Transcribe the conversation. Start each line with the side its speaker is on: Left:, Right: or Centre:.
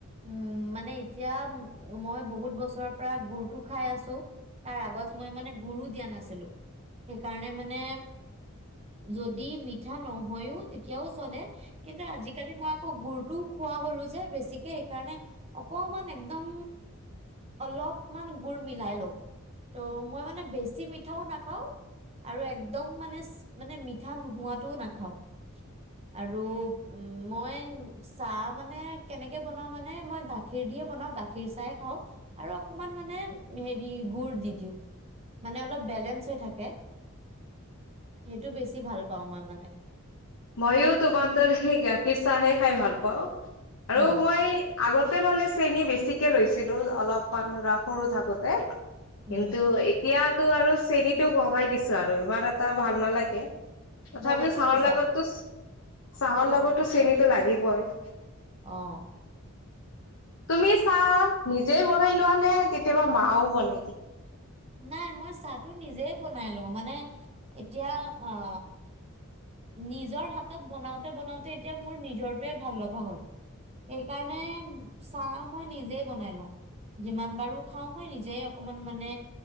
Right: উম মানে এতিয়া মই বহুত বছৰৰ পৰা গুৰটো খাই আছো। তাৰ আগত মই মানে গুৰু দিয়া। নাছিলো সেইকাৰণে মানে যদি মিঠা নহয়ো তেতিয়া এতিয়াও চলে কিন্তু আজিকালি মই আকৌ গুৰটো খোৱা হলো যে বেছিকে সেইকাৰণে অকমান একদম অলপমান গুৰ মিলাই লওঁ ত' মই মানে বেছি মিঠাওঁ নাখাওঁ আৰু একদম মানে মানে মিঠা নোহোৱাটোও নাখাওঁ। আৰু উ মই চাহ মানে কেনেকে বনাওঁ মানে মই গাখীৰ দিয়ে বনাওঁ গাখীৰ চাহে খাওঁ আৰু অকমান মানে হেৰি গুৰ দি দিওঁ মানে অলপ বেলেঞ্চ হৈ থাকে। সেইটো বেছি ভাল পাওঁ মই মানে।
Left: মইও তোমাৰ দৰে গাখীৰ চাহে খাই ভাল পাওঁ। আৰু
Right: অ
Left: মই আগত ততে মানে চেনি বেছিকে লৈছিলো অলপমান ধৰা সৰু থাকোতে। কিন্তু
Right: উম
Left: এতিয়া টো আৰু চেনিটো কমাই দিছোঁ আৰু ইমান এটা ভাল নালাগে। তথাপিও,
Right: ভালে
Left: চাহৰ
Right: কৰিছা
Left: লগত, - চাহৰ লগতো চেনিটো লাগিবই।
Right: অহ',
Left: তুমি', চাহ নিজেই বনাই লোৱা নে? কেতিয়াবা মাও বনাই?
Right: নাই মই চাহটো নিজে বনাই লওঁ, মানে এতিয়া আ, - নিজৰ হাতত বনাওঁতে -বনাওঁতে এতিয়া মোৰ নিজৰটোৱে ভাল লগা হ'ল। সেইকাৰণে চাহ মই নিজে বনাই লওঁ, যিমান বাৰো খাওঁ মই নিজেই অকমান মানে